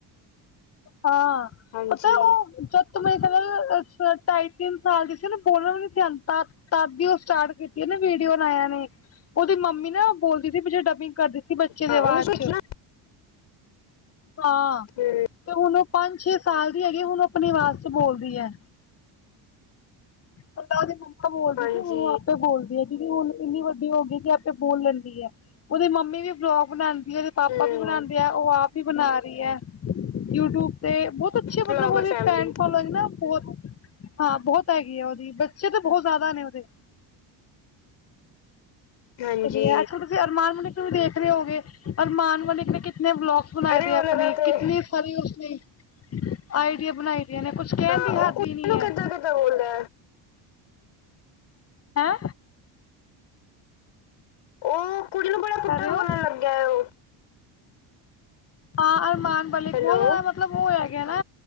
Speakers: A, on the left (about 30°); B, on the left (about 75°).
A: ਹਾਂ,
B: ਹਾਂਜੀ
A: ਪਤਾ ਓ ਜਦ ਤਕ ਮੇਰੀ ਸਕ ਅੱਛਾ, ਢਾਈ-ਤਿੰਨ ਸਾਲ ਦੀ ਸੀ ਨਾ ਬੋਲਣਾ ਵੀ ਨ ਸੀ ਅੰਤਾ ਤੱਦ ਦੀ ਓ ਸਟਾਟ ਕੀਤੀ ਆ ਨਾ ਵੀਡੀਓ ਅਨਾਇਆ ਨੇ, ਓਦੀ ਮੰਮੀ ਨਾ ਬੋਲਦੀ ਸੀ ਪਿੱਛੇ ਡਬਿੰਗ ਕਰਦੀ ਸੀ ਬੱਚੇ ਦੀ
B: ਹਾਂ
A: ਆਵਾਜ਼
B: ਉਹਨੂੰ ਸਿੱਖੀ
A: 'ਚ,
B: ਨਾ
A: ਹਾਂ।
B: ਹੂੰ।
A: ਤੇ ਹੁਣ ਓ ਪੰਜ-ਛੇ ਸਾਲ ਦੀ ਹੈਗੀ ਐ ਹੁਣ ਓ ਆਪਣੀ ਆਵਾਜ਼ ਚ ਬੋਲਦੀ ਐ। ਪੈਲਾਂ ਓਦੀ ਮੰਮਾ ਬੋਲਦੀ
B: ਹਾਂਜੀ
A: ਸੀ ਹੁਣ, ਓ ਆਪੇ ਬੋਲਦੀ। ਦੀਦੀ ਹੁਣ ਇੰਨੀ ਵੱਡੀ ਹੋ ਗਈ ਕਿ ਆਪੇ ਬੋਲ ਲੈਂਦੀ ਐ ਓਦੀ ਮੰਮੀ ਵੀ ਵਲੋਗ ਬਣਾਦੀ ਓਦੇ ਪਾਪਾ
B: ਹੂੰ
A: ਵੀ ਬਣਾਦੇ ਆ, ਓ ਆਪ ਵੀ ਬਣਾ ਰੀਐ, ਯੂਟਯੁਬ ਤੇ ਬੋਤ ਅੱਛੀ,
B: ਬਲੋਗਰ
A: ਮਤਲਬ ਓਦੀ
B: ਫੈਮਲੀ
A: ਫੈਨ ਫੋਲੋਇੰਗ ਨਾ ਬਹੁਤ, ਹਾਂ ਬਹੁਤ ਹੈਗੀ ਆ ਓ ਦੀ ਬੱਚੇ ਤਾਂ ਬਹੁਤ ਜ਼ਿਆਦਾ ਨੇ ਓਦੇ।
B: ਹਾਂਜੀ
A: ਅੱਜ-ਕਲ ਤੁਸੀਂ ਅਰਮਾਨ ਮਲਿਕ ਨੂੰ ਵੀ ਦੇਖ ਰੇ ਹੋਗੇ, ਅਰਮਾਨ ਮਲਿਕ ਨੇ ਕਿਤਨੇ ਵਲੋਗਸ ਬਣਾਏ
B: ਅਰੇ
A: ਦੇਆ
B: ਉਹਨਾਂ
A: ਅਪਨੇ
B: ਦਾ ਤੇ
A: ਕਿਤਨੀ ਸਾਰੀ ਉਸਨੇ ਆਈਡੀਆ ਬਣਾਈ ਦੀਆਂ ਨੇ ਕੁਛ ਕਹਿਣ
B: ਹਾਂ,
A: ਦੀ
B: ਓ
A: ਹੱਦ ਹੀ ਨਹੀਂ
B: <unintelligible>
A: ਹੈ
B: ਕੱਜਾ-ਕੱਜਾ ਬੋਲਦਾ।
A: ਹੈਂ?
B: ਓ ਕੁੜੀ ਨੂੰ ਬੜਾ ਪੁੱਠਾ
A: ਕਰ ਰਹੇ
B: ਬੋਲਣ
A: ਹੋ
B: ਲੱਗੇਆ ਓ।
A: ਹਾਂ, ਅਰਮਾਨ ਮਲਿਕ
B: ਹੈਲੋ
A: ਬਹੁਤ ਜਾਦਾ ਮਤਲਬ ਓ ਹੈਗਾ ਨਾ,